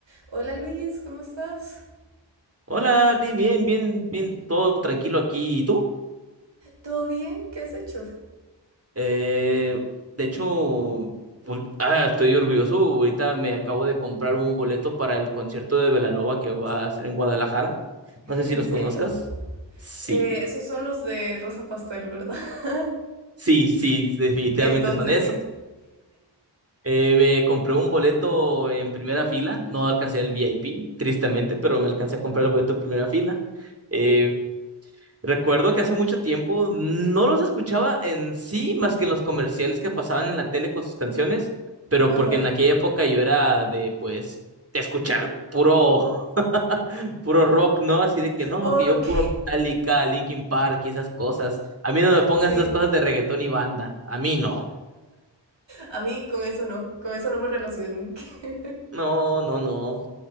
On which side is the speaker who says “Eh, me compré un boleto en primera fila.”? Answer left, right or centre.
Right